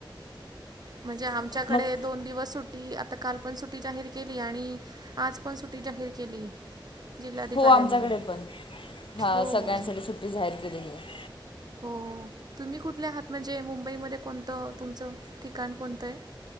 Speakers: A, on the right; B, on the left.
A: म्हणजे आमच्याकडे
B: मग
A: दोन दिवस सुटी आता काल पण सुट्टी जाहीर केली आणि आज पण सुटी जाहीर केली. जिल्हाधिकाऱ्यांनी
B: हो आमच्याकडे पण हा
A: हो
B: सगळ्यांसाठी
A: हो
B: सुट्टी जाहीर केलेली आहे.
A: हो तुम्ही कुठल्या आहात म्हणजे मुंबईमध्ये कोणतं तुमचं ठिकाण कोणतं आहे.